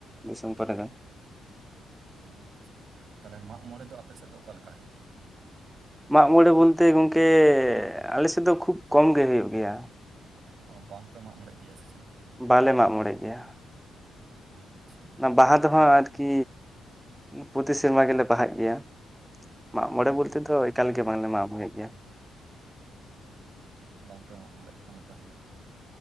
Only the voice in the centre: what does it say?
ᱫᱤᱥᱚᱢ ᱠᱚᱨᱮ ᱫᱚ
ᱢᱟᱜ ᱢᱚᱬᱮ ᱵᱚᱞᱛᱮ ᱜᱚᱢᱠᱮ ᱟᱞᱮᱮᱥᱮᱫ ᱫᱚ ᱠᱷᱩᱵ ᱠᱚᱢ ᱜᱮ ᱦᱩᱭᱩᱜ ᱜᱮᱭᱟ
ᱵᱟᱞᱮ ᱢᱟᱜ ᱢᱚᱬᱮ ᱜᱮᱭᱟ
ᱚᱱᱟ ᱵᱟᱦᱟ ᱫᱚᱦᱚᱸ
ᱟᱨᱠᱤ ᱯᱨᱚᱛᱤ ᱥᱮᱨᱢᱟ ᱜᱮᱞᱮ ᱵᱟᱦᱟᱜ ᱜᱮᱭᱟ ᱢᱟᱜ ᱢᱚᱬᱮ
ᱵᱚᱞᱛᱮ ᱫᱚ ᱮᱠᱟᱞ ᱜᱮ ᱵᱟᱝᱞᱮ ᱢᱟᱜ ᱵᱚᱭᱮᱫ ᱜᱮᱭᱟ